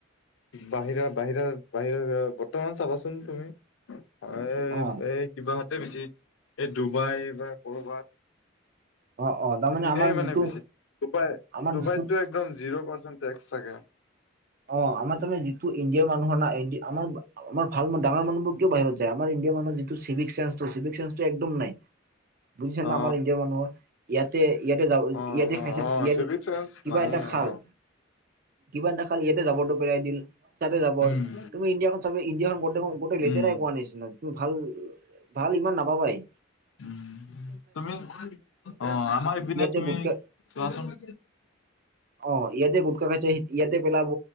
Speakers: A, on the left; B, on the right.
A: বাহিৰা, বাহিৰা, বাহিৰৰ বৰ্তমান চাবাচোন তুমি। এই
B: অ
A: এই কিবা হতে বেছি, এই ডুবাই বা ক'বাত।
B: অ', - অ'। তাৰমানে
A: সেইপিনে
B: আমাৰ
A: মানে
B: যিটো
A: বেছি। ডুবাই -ডুবাইততো
B: আমাৰ যিটো
A: একদম জিৰ' পাৰ্চেণ্ট টেক্স থাকে।
B: অহ' আমাৰ তাৰমানে যিটো ইণ্ডিয়াৰ মানুহৰ নাই আমাৰ আমাৰ ভাল ডাঙৰ মানুহোৰ কিয় বাহিৰত যায় আমাৰ ইণ্ডিয়াৰ মানুহ যিটো চেন্ঞ্চটো চিভিক চেঞ্চটো একম নাই। বুজিছা নে
A: অ
B: আমাৰ ইণ্ডিয়াৰ মানুহৰ। ইয়াতে -ইয়াতে যাব
A: অ
B: ইয়াতে
A: অ
B: খাইছে
A: অ
B: ইয়াতে,
A: চিভিক চেন্স
B: কিবা
A: নাই
B: এটা খাল।
A: অ
B: কিবা এটাখালে ইয়াতে জাব যাবৰ তোৰ পেলাই দিয়ে, তাতে যাবৰ,
A: উম
B: তুমি ইণ্ডিয়াখন চাবা ইণ্ডিয়াখন গোটেইখন গোটেই লেতেৰাই
A: উম
B: কোৱা নিচিনা তুমি ভাল, ভাল ইমান নাপাবা ই।
A: উম তুমি, অ' আমাৰ ইপিনে
B: ইয়াতে
A: তুমি,
B: গুটকা
A: চোৱাচোন।
B: অ' ইয়াতে গুটখা খাই ইয়াতে পেলাব,